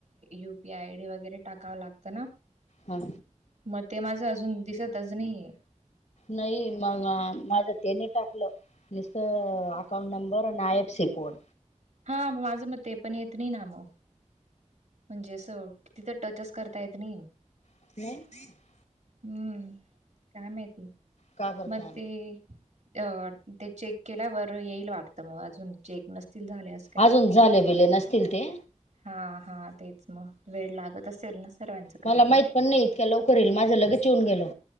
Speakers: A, on the right; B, on the left.
A: युपीआय आयडी वगैरे टाकावं लागतं ना.
B: हा.
A: मग ते माझं अजून दिसतच नाही.
B: नाही मग माझं त्यानी टाकलं. नसत अकाउंट नंबर आणि आय एफ सी कोड.
A: हा माझं मग ते पण येत नाही ना मग. म्हणजे असं किती तर टच करता येत नाही.
B: ह.
A: हम्म काय माहती
B: का बरं
A: मग
B: काय
A: ते. अ ते चेक केल्यावरर येईल वाटतं मग अजून चेक नसतील झाल्या.
B: अजून झाले वेले नसतील ते
A: हा हा तेच मग वेळ लागत असेल ना सर्वांचं करायला
B: मला माहीत पण नाही इतक्या लवकर ये माझं लगेच येऊन गेलो